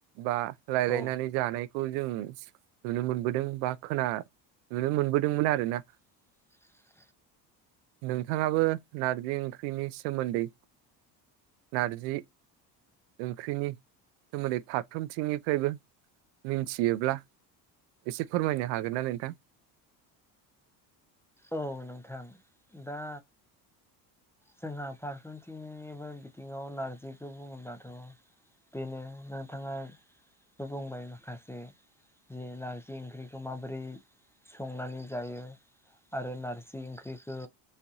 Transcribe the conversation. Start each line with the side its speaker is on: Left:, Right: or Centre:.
Right: बा लायलायनानै
Centre: औ
Right: जानाय खौ जों नुनो मोनबोदों बा खोना नुनो मोनबोदोंमोन आरोना।
Centre: <inaudible>
Right: नोंथाङाबो नारजि ओंख्रिनि सोमोन्दै नारजि ओंख्रिनि सोमोन्दै फारफ्रोमथिंनिफ्रायबो मिन्थियोब्ला एसे फोरमायनो हागोनना नोंथां?
Centre: औ नोंथां दा जोंहा फारसेथिंनिबो बिथिङाव नारजिखौ बुङोब्लाथ' बेनो नोंथाङा बुंबाय माखासे जि नारजि ओंख्रिखौ माबोरै संनानै जायो आरो नारजि ओंख्रिखौ